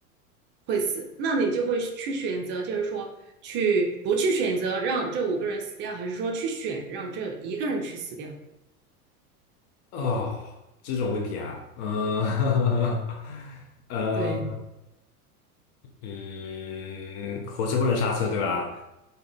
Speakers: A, on the right; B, on the left.
A: 会死，那你就会去选择，就是说去不去选择让这五个人死掉，还是说去选让这一个人去死掉？
B: 哦，这种问题啊，嗯、<laughs> 呃，
A: 对
B: 嗯，火车不能刹车，对吧？